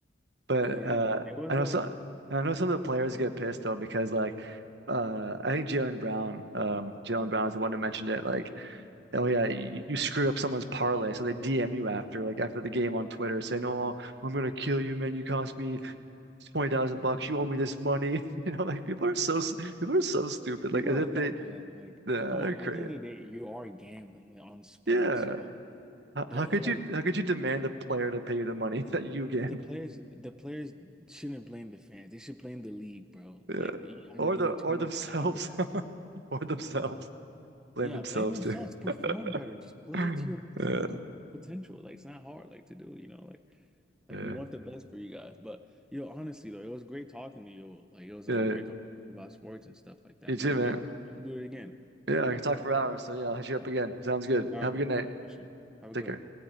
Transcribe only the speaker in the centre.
But yeah,
it was
um
people
are
dumb
for that. They're like, come
on,
at the end of the day, you are gambling on sports.
So like,
but
like
But the players, the players shouldn't blame the fans. They should blame the league, bro.
Like you guys
are doing
too much
advertising.
Yeah,
blame themselves.
Perform
better. Just play
to your maximum
co- potential. Like it's not hard, like to do. You know, like like
we want the best for you guys. But yo, honestly though, it was great talking to you. Like it was
a great conversation about sports and stuff like that,
man.
Maybe we should do it again.
All
right,
man.
For sure. Have a
good
one.